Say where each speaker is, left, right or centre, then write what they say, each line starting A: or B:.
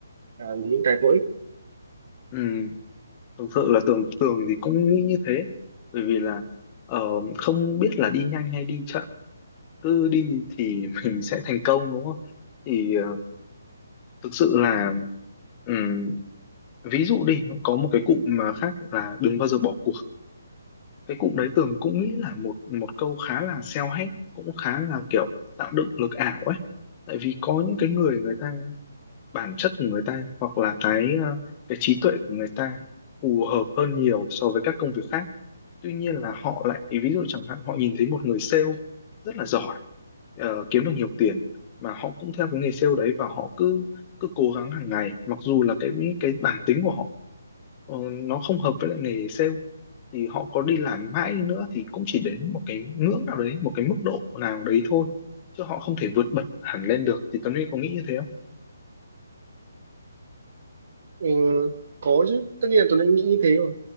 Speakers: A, on the right; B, on the left.
A: là những cái có ích
B: Ừ, thực sự là tưởng tưởng thì cũng nghĩ như thế. Bởi vì là ờ, không biết là đi nhanh hay đi chậm, cứ đi thì <laughs> mình sẽ thành công đúng không? Thì ờ, thực sự là ừm, ví dụ đi có một cái cụm mà khác là đừng bao giờ bỏ cuộc cái cụm đấy Tường cũng nghĩ là một một câu khá là self-help cũng khá là kiểu tạo dựng lực ảo ấy tại vì có những cái người người ta bản chất của người ta hoặc là cái ờ, cái trí tuệ của người ta phù hợp hơn nhiều so với các công việc khác tuy nhiên là họ lại ví dụ chẳng hạn họ nhìn thấy một người sale rất là giỏi ờ, kiếm được nhiều tiền mà họ cũng theo cái nghề sale đấy và họ cứ cứ cố gắng hàng ngày mặc dù là cái cái bản tính của họ ờ, nó không hợp với lại nghề sale thì họ có đi làm mãi đi nữa thì cũng chỉ đến một cái ngưỡng nào đấy một cái mức độ nào đấy thôi chứ họ không thể vượt bật hẳn lên được thì Tuấn Huy có nghĩ như thế không?
A: Ờ, có chứ tất nhiên là tôi đang nghĩ như thế rồi